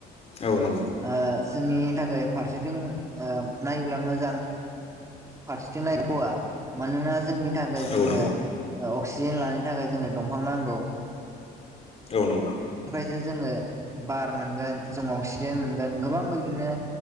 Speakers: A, on the left (about 35°); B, on the right (about 20°).
A: औ नंगौ।
B: ओ जोंनि थाखाय फारसेथिं ओ नायोब्ला मोजां फारसेथिं <unintelligible> मानोना जोंनि थाखाय जोङो
A: औ नंगौ
B: ओ अक्सिजेन लानो थाखाय जोंनो दंफां नांगौ
A: औ नंगौ
B: जे जोङो बार मोनगोन जों अक्सिजेन मोनगोन गोबां बिदिनो